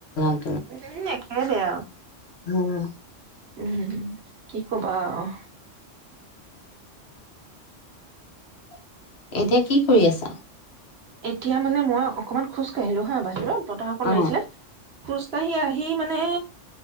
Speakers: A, on the left; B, on the right.
A: <unintelligible>
B: <unintelligible> কেলেই আৰু,।
A: উম
B: উম, কি কবা আৰু
A: <inaudible> এতিয়া কি কৰি আছা?
B: এতিয়া মানে মই অকমান'। খোজকাঢ়িলো হা বাহিৰত। বতাহ অকন
A: অ
B: মাৰিছিলে। আহি-আহি মানে